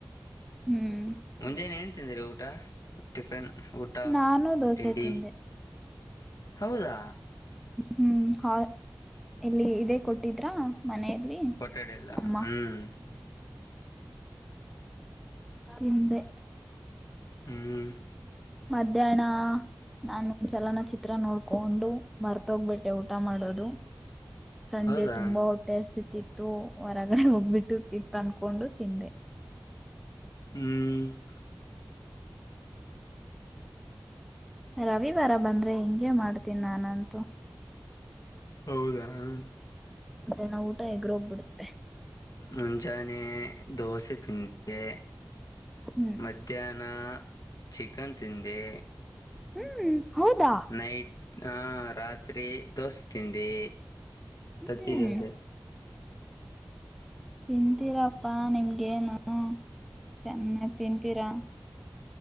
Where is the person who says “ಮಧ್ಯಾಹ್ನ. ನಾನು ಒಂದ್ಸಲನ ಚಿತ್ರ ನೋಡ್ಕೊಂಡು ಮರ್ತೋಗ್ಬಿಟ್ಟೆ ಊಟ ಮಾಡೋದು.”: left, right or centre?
Centre